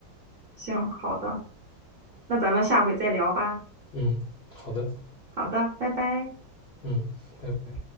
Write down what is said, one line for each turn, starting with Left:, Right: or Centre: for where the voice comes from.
Right: 行，好的，那咱们下回再聊吧。
Left: 嗯，好的，
Right: 好的，拜拜。
Left: 嗯，拜拜。